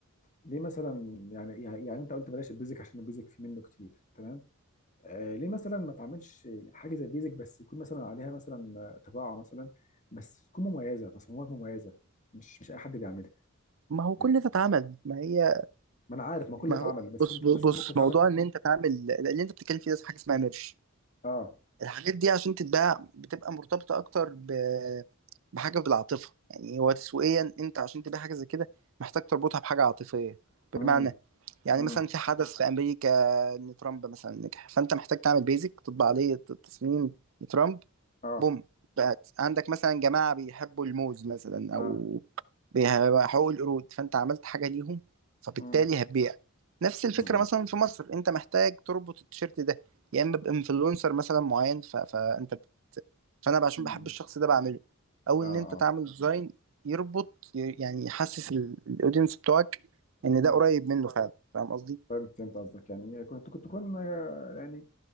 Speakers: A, on the left; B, on the right.
A: ليه مثلا يعني يعني يعني انت قلت بلاش البيزك عشان البيزك في منه كتير تمام آه ليه مثلا ما تعملش حاجه زي البيزك بس يكون مثلا عليها مثلا آه، طباعه مثلا بس تكون مميزه تصميمات مميزه مش مش اي حد بيعملها
B: ما هو
A: يعني
B: كل ده اتعمل ما هي
A: ما انا عارف ما كل
B: ما
A: ده اتعمل
B: هو
A: بس
B: بص
A: انت
B: بص
A: بس انت ممكن تعمل
B: موضوع ان انت تعمل اللي انت بتتكلم فيه ده حاجة اسمها ميرش
A: اه
B: الحاجات دي عشان تتباع بتبقى مرتبطة أكتر ب... بحاجة بالعاطفة يعني هو تسويقيا أنت عشان تبيع حاجة زي كده محتاج تربطها بحاجة عاطفية
A: امم
B: بمعنى يعني
A: امم
B: مثلا في حدث في أمريكا إن ترامب مثلا نجح فأنت محتاج تعمل بيزك تطبع عليه التصميم لترامب
A: اه
B: بوم بقت عندك مثلا جماعة بيحبوا الموز مثلا
A: اه
B: أو بيحبوا القرود فأنت عملت حاجة ليهم فبالتالي
A: امم
B: هتبيع نفس الفكرة
A: امم
B: مثلا في مصر أنت محتاج تربط التيشيرت ده يا إما بإنفلونسر مثلا معين ف... فأنت بت... فأنا عشان
A: امم.
B: بحب الشخص ده بعمله أو
A: اه
B: إن أنت تعمل
A: اه
B: ديزاين يربط ي- يعني يحسس الأودينس بتوعك إن
A: امم.
B: ده قريب منه فعلا فاهم قصدي؟
A: فهمت فهمت قصدك يعني يعني كنت كنت تكون آه، يعني